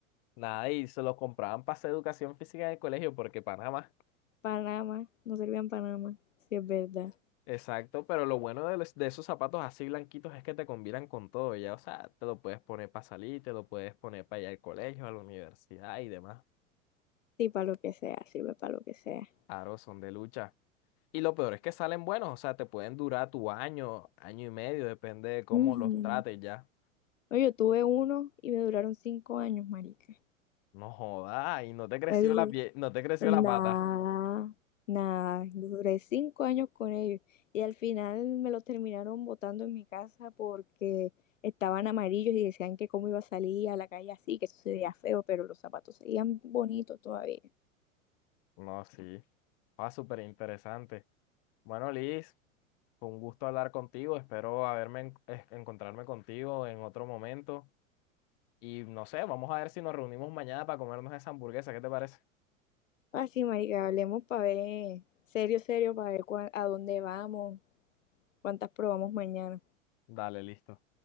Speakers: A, on the left; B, on the left.
A: Nada, y se los compraban para hacer educación física en el colegio porque Panamá,
B: Panamá, no servían Panamá, si es verdad.
A: Exacto, pero lo bueno de, los- de esos zapatos así blanquitos es que te combinan con todo, ya, o sea, te lo puedes poner para salir, te lo puedes poner para ir al colegio, a la universidad y demás.
B: Sí, para lo que sea, sirve para lo que sea.
A: Claro, son de lucha. Y lo peor es que salen buenos, o sea, te pueden durar tu año, año y medio, depende de cómo
B: Ujú.
A: los trates ya.
B: No, yo tuve uno y me duraron cinco años, marica.
A: No jodas, y no te creció
B: Me duró.
A: la pie, no te creció
B: Nada,
A: la pata.
B: nada. Duré cinco años con ellos. Y al final me los terminaron botando en mi casa porque estaban amarillos y decían que cómo iba a salir a la calle así, que eso sería feo, pero los zapatos seguían bonitos todavía.
A: No, sí. Ah, súper interesante. Bueno, Liz, fue un gusto hablar contigo, espero haberme en- eh, encontrarme contigo en otro momento. Y no sé, vamos a ver si nos reunimos mañana para comernos esa hamburguesa. ¿Qué te parece?
B: Así, marica, hablemos para ver, serio, serio, para ver cuán- a dónde vamos, cuántas probamos mañana.
A: Dale, listo.